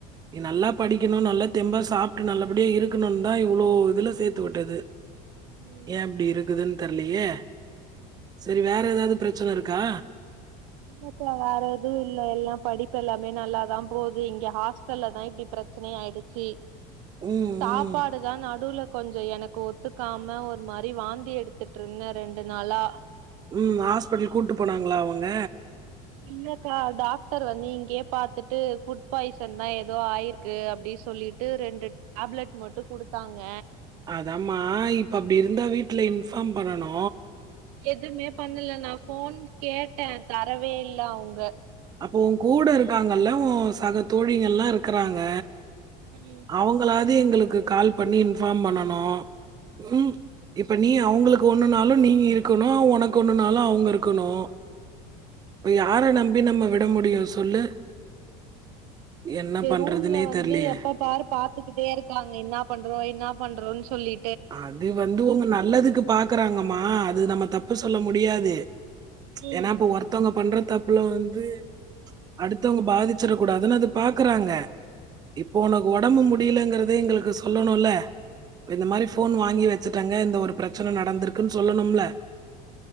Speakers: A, on the right; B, on the right.
A: நீ நல்லா படிக்கனு நல்லா தெம்பா சாப்ட்டு நல்லபடியா இருக் க்ணுனுந்தா இவ்ளோ இதுல சேத்து உட்டது
B: ம்
A: ஏ இப்டி இருக்குதுன் தெர்லியே செரி வேற
B: சேரி.
A: எதாவது பிரச்சன இருக்கா
B: மூக்குல வேற எதும் இல்ல எல்லா படிப்பு எல்லாமே நல்லாதா போது இங்க ஹாஸ் டல்ல தா இப்டி பிரச்சனையே ஆயிடுச்சி
A: ம்
B: சாப்பாடு
A: ம்.
B: தா நடுவுல கொஞ்சோ எனக்கு ஒத்துக்காம ஒரு மாரி வாந்தி எடுத் துட்டுருந்த ரெண்டு நாளா
A: ம் ஹாஸ்பிட்டல் கூட்டு போனாங்களா அவங்க
B: இல்லக்கா டாக்டர் வந்து இங்கயே பாத்துட்டு ஃபுட் பாய்சன் தா எதோ ஆயிரு க்கு அப்டி சொல்லிட்டு ரண்டு டேப்லெட் மட்டும் குடுத்தாங்க
A: அதமா இப்ப அப்டி இருந்தா வீட்ல இன்ஃபார்ம் பண்ணனு
B: எதுமே பண்ணல நா ஃபோன் கேட்ட தரவே இல்ல அவுங்க
A: அப்போ ஓ கூட இருக்காங்க இல்ல ஓ சக தோழிகல்லா இருக்கறாங்க
B: ம்
A: அவுங்களாது எங்களுக்கு கால் பண்ணி இன்ஃபார்ம் பண்ணனு ம் இப்ப நீ அவுங்களுக்கு ஒன்னுனாலு நீ இருக்கனு ஒனக்கு ஒன்னுனாலு அவுங்க இருக்கனு இப்ப யார நம்பி நம்ம விட முடியும் சொல்லு என்ன
B: இங்க
A: பண்றதுன்னே
B: ரூம்ல வந்து
A: தெரியலையே!
B: எப்ப பாரு பாத்துக்கிட்டே இருக்காங்க இன்னா பண்றோ இன்னா பண்றோன் சொல்லி
A: அது வந்து உங்க நல்லதுக்கு பாக்கறாங்கமா அது நம்ம தப்பு சொல்ல முடியாது
B: ம்
A: ஏனா இப்ப ஒருத் தவங்க பண்ற தப்புல வந்து அடுத்தவங்க பாதிச்சிட கூடாதுன்னு அது பாக்கறாங்க இப்போ ஒனக்கு
B: ஆ,
A: ஒடம்பு முடியலங்கிறதே எங்களுக்கு சொல்லனுல்ல இந்த மாரி ஃபோன் வாங்கி வச்சிட்டாங்க இந்த ஒரு பிரச்சன நடந்திருக்குன் சொல்லனுமுல